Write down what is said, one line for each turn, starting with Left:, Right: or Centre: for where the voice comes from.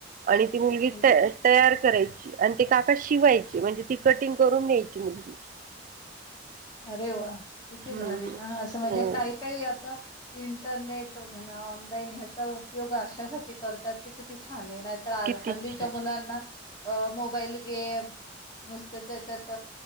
Right: आणि ती मुलगी
Left: म्हणजे
Right: तयार करायची आणि ते काका शिवायची म्हणजे ती कटिंग करून द्यायची मुलगी
Left: अरे वा किती
Right: हम्म
Left: भारी का असं म्हणजे
Right: हो
Left: काही काही आता इंटरनेट व ऑनलाईन ह्याचा उपयोग अशासाठी करतात ते कि ते छान ये नाही तास
Right: किती
Left: हल्लीच्या
Right: छान
Left: मुलांना अ मोबाईल गेम नुसते त्याच्यात